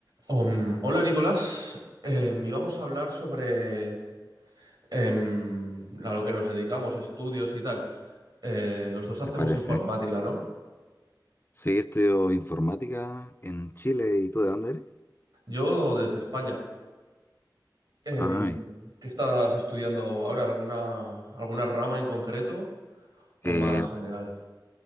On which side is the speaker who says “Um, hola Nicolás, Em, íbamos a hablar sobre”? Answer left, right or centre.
Right